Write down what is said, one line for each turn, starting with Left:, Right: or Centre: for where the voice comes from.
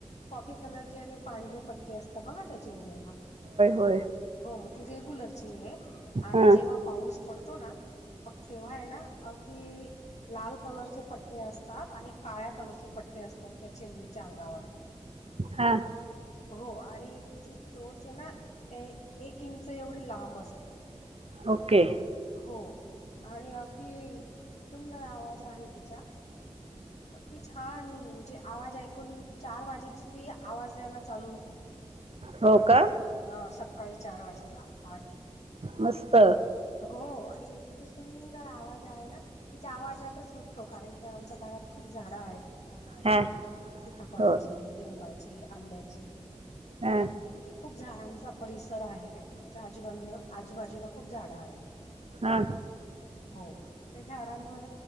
Left: कॉफी कलरची आणि पांढरे पट्टी असतात बघा त्या चिमणीला
Right: हो
Left: हो मग ती रेग्युलरची आहे आणि
Right: हा
Left: जेव्हा पाऊस पडतो ना मग तेव्हा आहे ना लाल कलरचे पट्टे असतात काळ्या कलरचे पट्टे असतात त्या चिमणीच्या अंगावर
Right: हा
Left: हो आणि त्याची चोच आहे ना एक इंच एवढी लांब असते
Right: ओके
Left: हो आणि अगदी सुंदर आवाज आहे तिचा अगदी छान म्हणजे आवाज ऐकून चार वाजेची ती आवाज द्यायला चालू होती
Right: हो का
Left: हा सकाळी चार वाजेला पहाटी
Right: मस्त
Left: हो आणि त सुंदर आवाज आहे ना तिच्या आवाजातच सुठतो कारण की आमच्या घरात खूप झाडं आहेत नारळाची
Right: हा
Left: सीताफळाची
Right: हो
Left: लिंबाची आंब्याची
Right: हा
Left: म्हणजे खूप झाडांचा परिसर आहे आमच्या आजूबाजूला आजूबाजूला खूप झाड आहेत
Right: हा
Left: हो त्या झाडांवर